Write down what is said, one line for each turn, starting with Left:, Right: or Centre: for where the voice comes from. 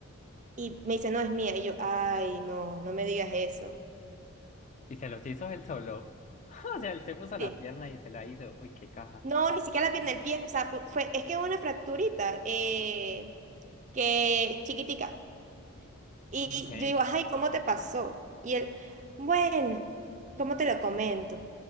Right: Y me dice, no, es mía. Y yo, ay, no, no me digas eso.
Left: Y se los hizo él solo. <laughs> O sea, él se puso
Right: Sí.
Left: la pierna y se la hizo. Uy, qué caja.
Right: No, ni siquiera la pierna del pie. O sea, fue, fue- es que es una fracturita eh, que chiquitica. Y
Left: Ok,
Right: yo digo, ay, ¿cómo te pasó? Y él, bueno, ¿cómo te lo comento?